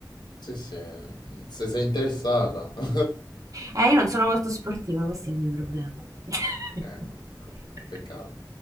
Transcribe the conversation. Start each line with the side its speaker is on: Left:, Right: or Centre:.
Left: Sì, sì, se sei interessata. <laughs>
Right: Eh, io non sono molto sportiva, questo è il mio problema. <laughs>
Left: Eh, peccato.